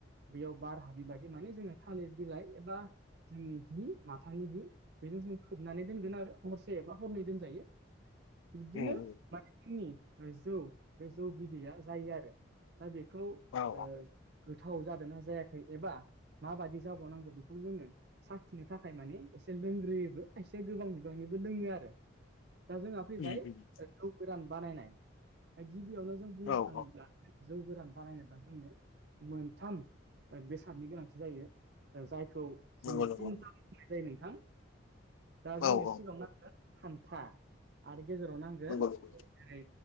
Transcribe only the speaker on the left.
<inaudible>
उम,
औ
औ
उम, उम,
औ
औ
नंगौ नंगौ
औ
औ
नंगौ नंगौ